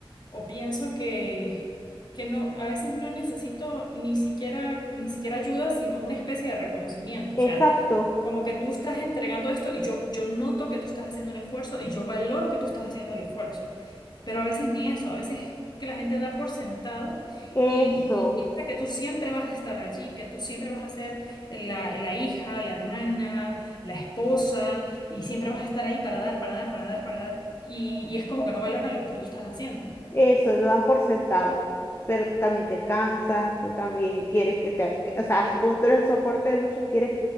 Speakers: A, on the left; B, on the left.
A: o pienso que, que no, a veces no necesito ni siquiera, ni siquiera ayuda, sino una especie de reconocimiento. O sea,
B: Exacto,
A: como que tú estás entregando esto y yo, yo noto que tú estás haciendo un esfuerzo y yo valoro que tú estás haciendo el esfuerzo. Pero a veces ni eso, a veces que la gente da por sentado
B: eso.
A: y, y piensa que tú siempre vas a estar allí, que tú siempre vas a ser la, la hija, la hermana, la esposa y siempre vas a estar ahí para dar, para dar, para dar, para dar. Y, y es como que no valoran lo que tú estás haciendo.
B: Eso, lo dan por sentado, pero tú también te cansas, tú también quieres que te, que- o sea, así como tú eres el soporte de muchos, quieres